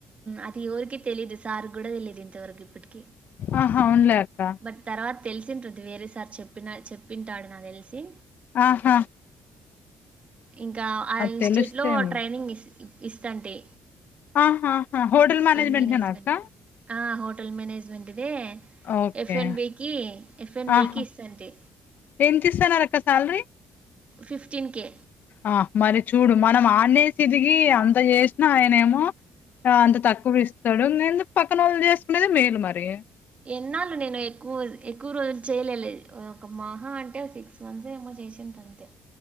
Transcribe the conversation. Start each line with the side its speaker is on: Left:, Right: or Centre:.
Right: అది ఎవరికి తెలీయదు సార్ కూడా తెలిదు ఇంతవరకు ఇప్పటికి
Left: ఆహా అవునులే అక్క
Right: బట్ తర్వాత తెలిసింటుంది వేరే సార్ చెప్పిన చెప్పింటాడు నా తెలిసి
Left: ఆహా
Right: ఇంకా ఆ ఇన్స్టిట్యూట్
Left: తెలుస్తే
Right: లో
Left: ఏంలే
Right: ట్రైనింగ్ ఇస్తంటి
Left: ఆహా హ హోటల్ మానేజ్మెంట్
Right: మేనేజ్మెంట్
Left: నా అక్క
Right: ఇది ఆ హోటల్ మేనేజ్మెంట్ దే
Left: ఓకే
Right: ఎఫ్ అండ్ బికి ఎఫ్ఎండ్
Left: ఆహా
Right: బికి ఇస్తది
Left: ఎంత ఇస్తన్నారు అక్క శాలరీ
Right: ఫిఫ్టీన్ కే
Left: ఆ మరి చూడు మనం ఆనేతీరిగి అంత చేసినా ఆయన ఏమో అంత తక్కువ ఇస్తాడు నేను పక్కన వళ్లు చేసుకునేది మేలు మరి
Right: ఎన్నాళ్లు నేను ఎక్కువ ఎక్కువ రోజులు చేయలేదు ఒక మహా అంటే అందె ఏమో చేసి ఉంటాను అంతే